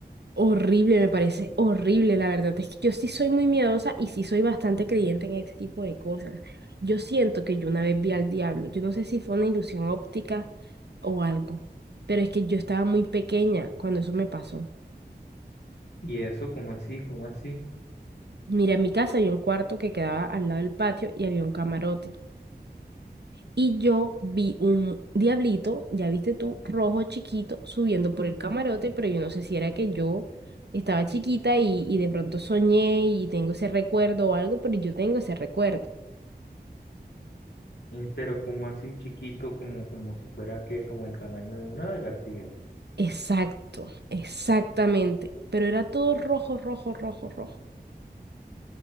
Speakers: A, on the right (about 75°); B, on the left (about 75°).
A: Horrible, me parece horrible, la verdad. Es que yo sí soy muy miedosa y sí soy bastante creyente en este tipo de cosas. Yo siento que yo una vez vi al diablo. Yo no sé si fue una ilusión óptica o algo, pero es que yo estaba muy pequeña cuando eso me pasó.
B: Y eso, como así, como así,
A: Mira, en mi casa había un cuarto que quedaba al lado del patio y había un camarote. y yo vi un diablito, ya viste tú, rojo chiquito, subiendo por el camarote, pero yo no sé si era que yo estaba chiquita y, y de pronto soñé y tengo ese recuerdo o algo, pero yo tengo ese recuerdo.
B: Eh, pero como así chiquito, como, como si fuera que, como el tamaño de una lagartija.
A: Exacto, exactamente. Pero era todo rojo, rojo, rojo, rojo.